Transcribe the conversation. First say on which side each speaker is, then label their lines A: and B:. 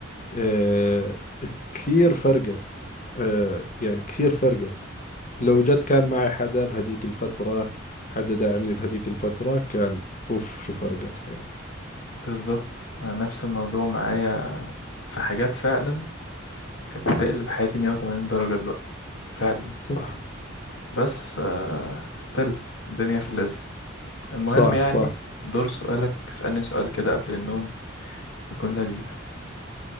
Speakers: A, on the left; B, on the left.
A: آه كثير فرقت آه يعني كثير فرقت لو جد كان معي حدا بهذيك الفترة حدا داعمني بهذيك الفترة كان أوف شو فرقت حياتي
B: بالظبط أنا نفس الموضوع معايا في حاجات فعلا كانت تقلب حياتي 180 درجة دلوقتي فعلا
A: صح
B: بس آه استل الدنيا في اللذيذ المهم
A: صح
B: يعني
A: صح
B: دور سؤالك اسألني سؤال كده قبل النوم يكون لذيذ